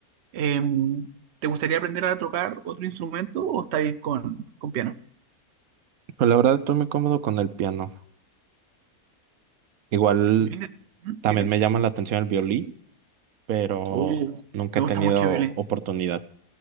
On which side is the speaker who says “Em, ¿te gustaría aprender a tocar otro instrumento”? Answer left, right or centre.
Right